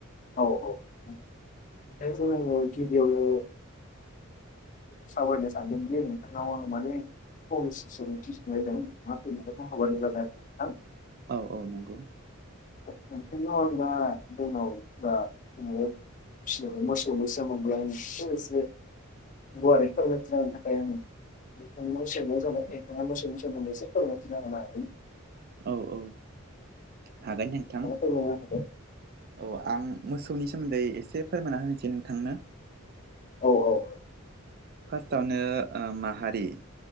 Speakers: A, on the left; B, on the right.
A: औ औ ओमफ्राय जोंङो गिबियावनो सावरायनो सानदों दे नोंथांनाव आरो मानो <inaudible>
B: औ औ नंगौ।
A: नो <unintelligible> <unintelligible> गुवारै फोरमायथिना होनो थाखै <unintelligible>
B: औ औ हागोन नोंथां
A: फोरमायनो हागोन
B: औ आं मोसौनि सोमोन्दै एसे फोरमायना होनोसै नोंथांनो
A: औ औ
B: फार्स्टावनो माहारि